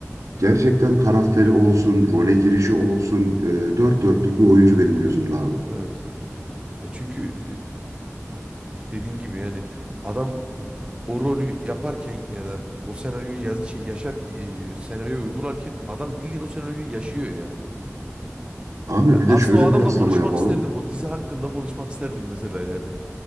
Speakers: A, on the right; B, on the right.
A: gerçekten karakteri olsun, role girişi olsun, e, dört dörtlük bir oyuncu benim gözümde abi.
B: Evet. E çünkü e, dediğin gibi yani adam o rolü yaparken ya da o senaryoyu yaz, şey yaşar e, senaryoyu uygularken adam bildiğin o senaryoyu yaşıyor ya.
A: Abi
B: Ya
A: bir
B: aslında
A: de şöyle
B: o adamla
A: kıyaslama
B: konuşmak
A: yapalım.
B: isterdim. O dizi hakkında konuşmak isterdim mesela yani.